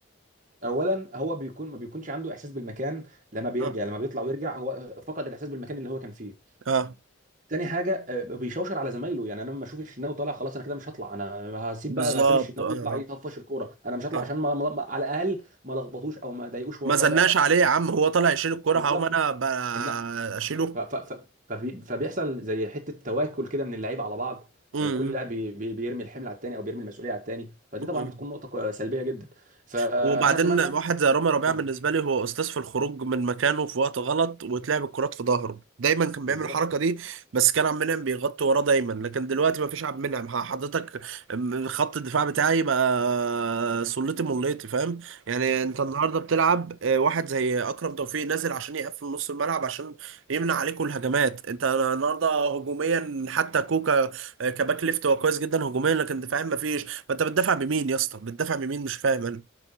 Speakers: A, on the right (about 40°); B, on the right (about 80°).
A: اولا هو بيكون ما بيكونش عنده احساس بالمكان لما بيرجع
B: اه
A: لما بيطلع ويرجع هو فقد الاحساس بالمكان اللي هو كان فيه
B: اه
A: تاني حاجه آه، بيشوشر على زمايله يعني انا لما اشوف الشناوي طالع خلاص انا كده مش هطلع انا هسيب
B: بالظبط
A: بقى هسيب الشناوي
B: اه
A: يطلع يطفش
B: اه
A: الكوره انا مش هطلع
B: آه.
A: عشان ما ما- ما- على الاقل ما لخبطوش او ما ضايقوش وهو
B: ما
A: طالع
B: زلناش عليه يا عم هو طالع يشيل الكرة
A: بالظبط
B: هقوم أنا ب-
A: ان
B: أشيله
A: ف... ف... ف... فبي... فبيحصل زي حته تواكل كده من اللعيبه على بعض
B: امم
A: آه، كل لاعب بي... بي... بيرمي الحمل على التاني او بيرمي المسؤوليه على التاني فدي
B: إمم،
A: طبعا
B: إمم.
A: بتكون نقطه كو- سلبيه جدا فانا
B: وبعدين
A: اتمنى
B: واحد زي رامي ربيعة
A: اتفضل
B: بالنسبة لي هو أستاذ في الخروج من مكانه في وقت غلط وتلعب الكرات في ظهره دايما كان
A: بالظبط
B: بيعمل الحركة دي بس كان عبد المنعم بيغطي وراه دايما لكن دلوقتي ما فيش عبد المنعم ح- حضرتك م- خط الدفاع بتاعي بقى سلتي مليتي فاهم يعني أنت النهاردة بتلعب آه، واحد زي أكرم توفيق نازل عشان يقفل نص الملعب عشان يمنع عليكم الهجمات أنت النهاردة هجوميا حتى كوكا آه، كباك ليفت هو كويس جدا هجوميا لكن دفاعيا ما فيش فأنت بتدافع بمين يا اسطى بتدافع بمين مش فاهم أنا